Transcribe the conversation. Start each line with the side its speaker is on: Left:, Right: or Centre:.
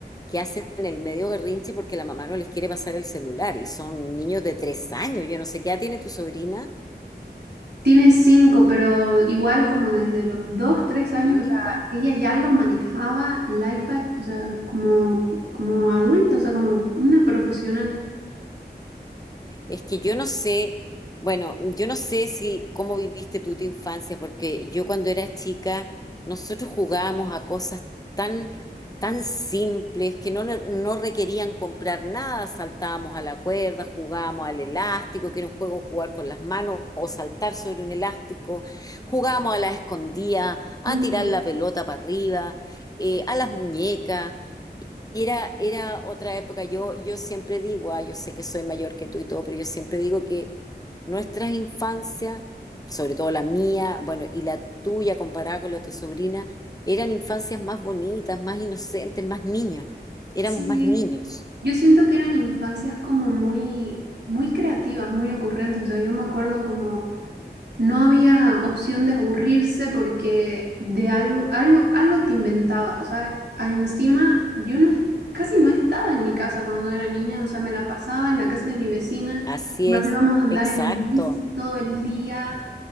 Left: que hacen el medio berrinche porque la mamá no les quiere pasar el celular y son niños de tres años. Yo no sé qué edad tiene tu sobrina.
Right: Tiene cinco, pero igual como desde los dos, tres años,
Left: Chiquita.
Right: o sea, ella ya lo manejaba el iPad, o sea, como, como adulta, o sea, como una profesional.
Left: Es que yo no sé, bueno, yo no sé si cómo viviste tú tu infancia, porque yo cuando era chica, nosotros jugábamos a cosas tan, tan simples que no, no requerían comprar nada, saltábamos a la cuerda, jugábamos al elástico, que era un juego jugar con las manos o saltar sobre un elástico, jugábamos a la escondida,
Right: Ujú.
Left: a tirar la pelota para arriba, eh, a las muñecas. Era, era otra época. Yo, yo siempre digo, ah, yo sé que soy mayor que tú y todo, pero yo siempre digo que nuestras infancias, sobre todo la mía, bueno, y la tuya comparada con la de tu sobrina, eran infancias más bonitas, más inocentes, más niños. Éramos
Right: Sí,
Left: más niños.
Right: yo siento que eran infancias como muy, muy creativas, muy ocurrentes. O sea, yo me acuerdo como no había opción de aburrirse porque de algo, algo, algo te inventabas. O sea, a- encima yo no, es- casi no estaba en mi casa cuando era niña. O sea, me la pasaba en la casa de mi vecina.
Left: Así
Right: Nos
Left: es,
Right: íbamos a andar
Left: exacto.
Right: en bici todo el día